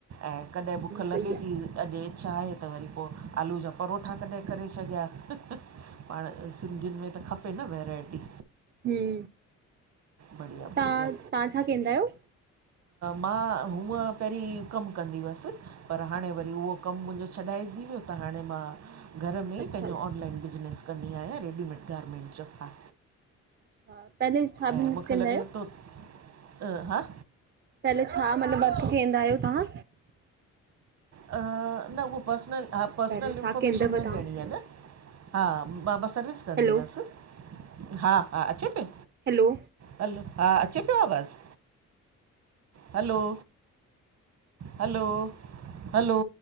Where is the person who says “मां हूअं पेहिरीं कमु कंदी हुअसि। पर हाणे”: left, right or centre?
Right